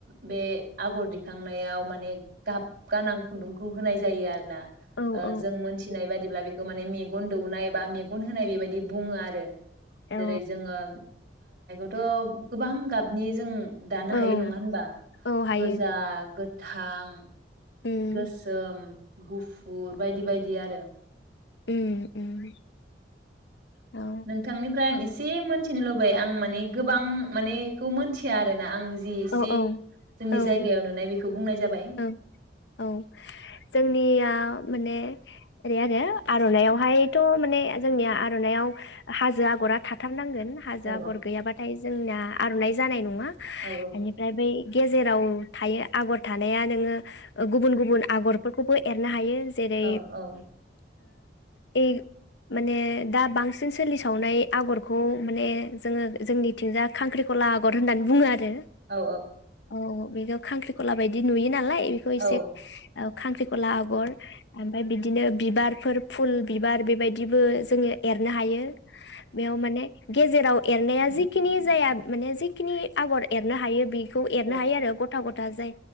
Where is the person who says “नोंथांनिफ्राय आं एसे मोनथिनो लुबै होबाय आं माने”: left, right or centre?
Right